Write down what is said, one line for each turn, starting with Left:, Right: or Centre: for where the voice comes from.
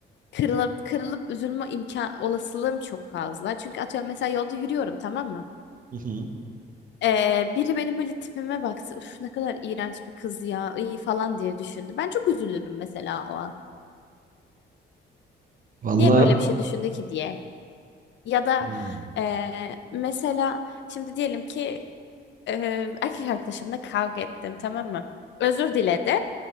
Left: kırılıp, kırılıp üzülme imkan olasılığım çok fazla. Çünkü atıyorum mesela yolda yürüyorum tamam mı?
Right: Hı hı.
Left: Ee, biri benim böyle tipime baktı. Üf ne kadar iğrenç bir kız ya iyi falan diye düşündü. Ben çok üzülürüm mesela o an.
Right: Valla
Left: Niye böyle bir şey düşündü ki diye. Ya da
Right: Hmm.
Left: ee, mesela şimdi diyelim ki ee, erkek arkadaşımla kavga ettim tamam mı? Özür diledi.